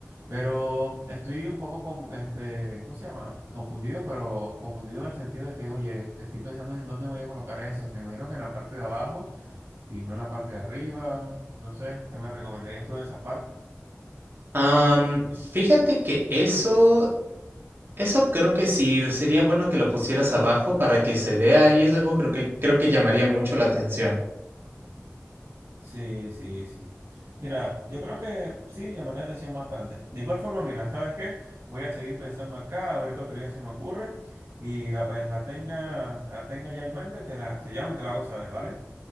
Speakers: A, on the right; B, on the right.
A: Pero estoy un poco con, este, ¿cómo se llama? Confundido, pero confundido en el sentido de que, oye, estoy pensando en dónde voy a colocar eso. Me imagino que en la parte de abajo y no en la parte de arriba. No sé, ¿qué me recomendarías tú en esa parte?
B: Am, fíjate que eso Eso creo que sí, sería bueno que lo pusieras abajo para que se vea y es algo creo que creo que llamaría mucho la atención.
A: Sí, sí, sí. Mira, yo creo que sí, llamar la atención bastante. De igual forma, mira, ¿sabes qué? Voy a seguir pensando acá, a ver qué otro día se me ocurre. Y apenas la tenga, la tenga ya en mente, te la, te llamo y te la hago saber, ¿vale?